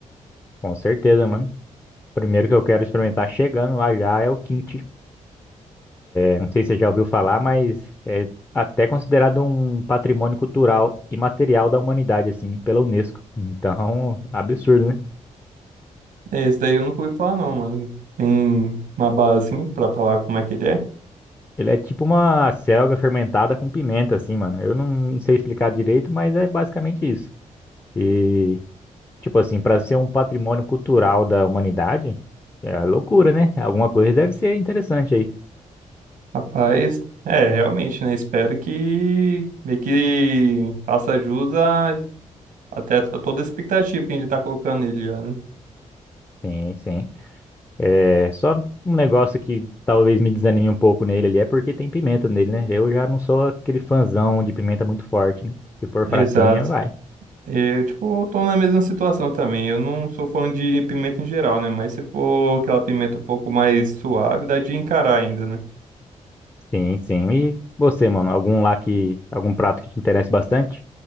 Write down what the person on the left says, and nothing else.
Com certeza, mano. Primeiro que eu quero experimentar chegando lá já é o quinto Eu não sei se você já ouviu falar, mas é até considerado um patrimônio cultural imaterial da humanidade, assim, pela Unesco. Então, absurdo, né?
Ele é tipo uma selga fermentada com pimenta, assim, mano. Eu não sei explicar direito, mas é basicamente isso. E, tipo assim, para ser um patrimônio cultural da humanidade, é loucura, né? Alguma coisa deve ser interessante aí.
Sim, sim. É, só um negócio que talvez me desanime um pouco nele ali é porque tem pimenta nele, né? Eu já não sou aquele fãzão de pimenta muito forte, né? Se for
fraquinha, vai.
Sim, sim. E você, mano, algum lá que, algum prato que te interessa bastante?